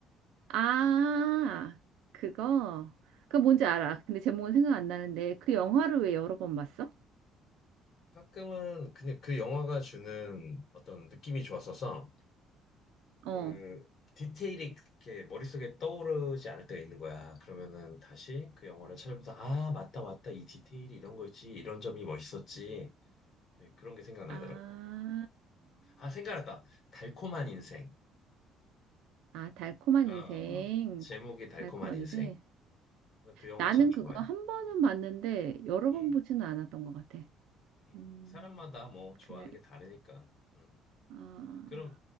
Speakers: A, on the right; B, on the left.
A: 아, 그거.
B: 어.
A: 그거 뭔지 알아. 근데 제목은 생각 안 나는데 그 영화를 왜 여러 번 봤어?
B: 가끔은 그냥 그 영화가 주는 어떤 느낌이 좋았어서 그
A: 어.
B: 디테일이 이렇게 머릿속에 떠오르지 않을 때가 있는 거야. 그러면은 다시 그 영화를 찾아보면서 아, 맞다, 맞다. 이 디테일이 이런 거였지. 이런 점이 멋있었지. 예, 그런 게 생각나더라고.
A: 아,
B: 아, 생각났다. 달콤한 인생.
A: 아, 달콤한
B: 어,
A: 인생.
B: 어, 어. 제목이 달콤한
A: 달콤한
B: 인생.
A: 인생.
B: 그래서 그 영화
A: 나는
B: 참 좋아해.
A: 그거 한 번은 봤는데 여러
B: 음,
A: 번 보지는 않았던 것 같아.
B: 음.
A: 음,
B: 사람마다 뭐 좋아하는
A: 그냥
B: 게 다르니까. 음.
A: 아
B: 그럼